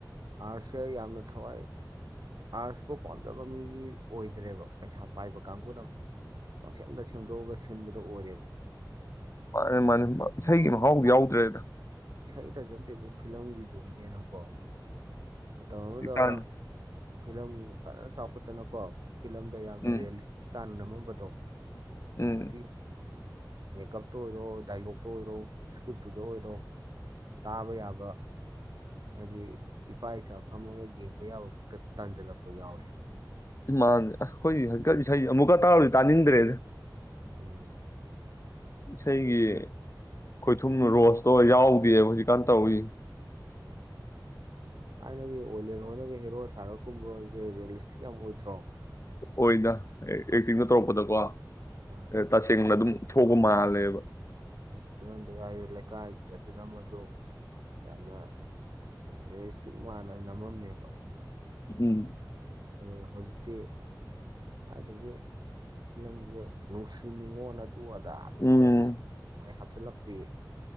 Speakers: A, on the right (about 60°); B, on the left (about 40°).
A: ꯑꯁꯦ ꯌꯥꯝꯅ ꯊꯋꯥꯏ ꯑꯥꯔꯠꯁꯄꯨ ꯄꯥꯝꯖꯕ ꯃꯤꯒꯤ ꯑꯣꯏꯗ꯭ꯔꯦꯕ ꯄꯩꯁꯥ ꯄꯥꯏꯕ ꯀꯥꯡꯕꯨꯅ ꯑꯃ ꯄꯥꯛꯁꯦꯟꯗ ꯁꯦꯝꯗꯣꯛꯑꯒ ꯁꯤꯟꯕꯗ ꯑꯣꯏꯔꯦꯕ
B: ꯃꯥꯅꯤ ꯃꯥꯅꯦ ꯏꯁꯩꯒꯤ ꯃꯍꯥꯎꯗꯤ ꯌꯥꯎꯗ꯭ꯔꯦꯗ
A: ꯏꯁꯁꯥꯏ ꯇꯖꯣꯟꯇ ꯐꯤꯂꯝꯒꯤ ꯗꯨꯅꯤꯅꯦ ꯅꯪꯕꯣ ꯃꯇꯝ ꯑꯃꯗ
B: ꯍꯧꯖꯤꯛꯀꯥꯟ
A: ꯐꯤꯂꯝ ꯐꯖꯥ ꯆꯄꯠꯇꯅꯀꯣ ꯐꯤꯂꯝꯗ ꯌꯥꯝꯅ
B: ꯎꯝ
A: ꯔꯤꯌꯦꯂꯤꯁ ꯇꯥꯟ ꯇꯨꯝꯕꯗꯣ
B: ꯎꯝ
A: ꯍꯧꯖꯤꯛꯇꯦ ꯃꯦꯀꯞꯇ ꯑꯣꯏꯔꯣ ꯗꯥꯏꯂꯣꯛꯇ ꯑꯣꯏꯔꯣ ꯏꯁꯀ꯭ꯔꯤꯞꯇꯨꯗ ꯑꯣꯏꯔꯣ ꯇꯥꯕ ꯌꯥꯕ ꯍꯥꯏꯗꯤ ꯏꯄꯥ ꯏꯆꯥ ꯐꯝꯃꯒ ꯌꯦꯡꯕ ꯌꯥꯕ ꯈꯛꯇ ꯇꯥꯟꯁꯤꯜꯂꯛꯄ ꯌꯥꯎꯔꯦ ꯍꯥꯏꯕ
B: ꯃꯥꯅꯦ ꯑꯩꯈꯣꯏꯀ ꯏꯁꯩ ꯑꯃꯨꯛꯀ ꯇꯥꯔꯗꯤ ꯇꯥꯅꯤꯡꯗ꯭ꯔꯦꯅꯦ
A: ꯎꯝ
B: ꯏꯁꯩꯒꯤ ꯈꯣꯏꯊꯨꯝ ꯔꯣꯁꯇꯣ ꯌꯥꯎꯗꯦꯕ ꯍꯧꯖꯤꯛꯀꯥꯟ ꯇꯧꯋ
A: ꯎꯝ ꯊꯥꯏꯅꯒꯤ ꯑꯣꯏꯂꯦꯟ ꯍꯣꯏꯅꯒ ꯍꯦꯔꯣ ꯁꯥꯔꯛꯀꯨꯝꯕꯁꯦ ꯔꯤꯌꯦꯂꯤꯁꯇꯤꯛ ꯌꯥꯝ ꯑꯣꯏꯗ꯭ꯔꯣ
B: ꯑꯣꯏꯅ ꯑꯦꯛꯇꯤꯡꯗ ꯇꯧꯔꯛꯄꯗꯀꯣ
A: ꯑ,
B: ꯇꯁꯦꯡꯅ ꯑꯗꯨꯝ ꯊꯣꯛ ꯃꯥꯜꯂꯦꯕ
A: ꯎꯝ ꯐꯤꯂꯝꯗꯨ ꯍꯥꯏꯁꯨ ꯂꯩꯀꯥꯏꯒꯤꯗꯁꯨꯅ ꯑꯃꯁꯨ ꯌꯥꯝꯅ ꯔꯤꯌꯦꯂꯤꯁꯇꯤꯛ ꯃꯥꯥꯟꯅ ꯅꯝꯃꯝꯃꯦꯕ
B: ꯎꯝ
A: ꯑꯗꯨꯅ ꯍꯧꯖꯤꯛꯇꯤ ꯈꯋꯥꯏꯗꯒꯤ ꯐꯤꯂꯝꯁꯦ ꯅꯨꯡꯁꯤꯅꯤꯡꯉꯣꯅ ꯂ ꯑꯗ ꯑ
B: ꯎꯝ
A: ꯇ ꯃ ꯍꯥ ꯁꯂ ꯄ꯭ꯔꯤꯌꯦ